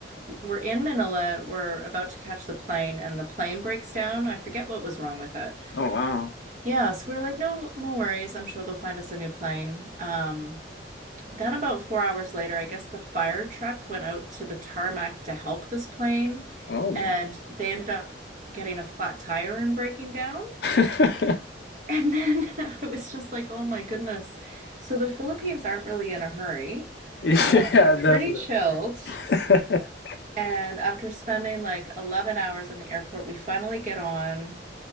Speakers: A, on the right (about 45°); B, on the left (about 60°).
A: We're in Manila. We're about to catch the plane, and the plane breaks down. I forget what was wrong with it.
B: Oh wow.
A: Yeah, so we were like, no, no worries. I'm sure they'll find us a new plane. Um, then about four hours later, I guess the fire truck went out to the tarmac to help this plane,
B: Oh wow.
A: and they ended up getting a flat tire and breaking down.
B: <laughs>
A: And then <laughs> I was just like, oh my goodness. So the Philippines aren't really in a hurry.
B: Yeah,
A: Um, they're pretty
B: definitely.
A: chilled.
B: <laughs>
A: And after spending like 11 hours in the airport, we finally get on.